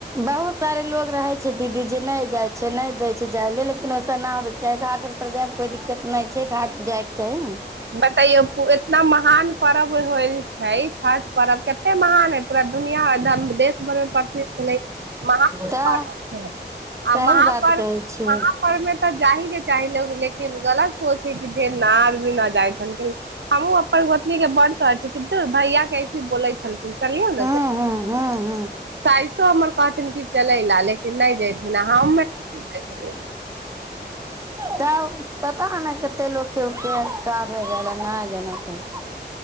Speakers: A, on the right; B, on the right.
A: बहुत सारे लोक रहै छै दीदी जे नै जाइ छै, नै दै छै जाय ले, लेकिन ओइ सँ न होइबाक चाही घाट पर जाइमे कोइ दिक्कत नै छै, घाट तऽ जाइके चाही ने।
B: बतइयौ इतना महान पर्व होइल छै, छठि पर्व के कते महान हैय पूरा दुनिया <unintelligible> देश प्रसिद्ध छेलै <unintelligible>
A: तऽ
B: आ
A: सही
B: महापरव
A: बात कहै छियै
B: आओर में तऽ जा ही के चाही, लेकिन गलत सोच हैय कि जे न आदमी न जाइ छेलखिन। हमहु अपन गोतनी के बड कहै छियै, कि धुर भैया कैसे बोलै छल चलियौ न
A: हूं
B: <inaudible>
A: हूं हूं हूं
B: साइसो हमर कहथिन कि चलै लेऽ लेकिन नै जेथिन हम <inaudible>
A: तब पता नै कते लोक के उपका भइ गेल हैय न जाय चाहै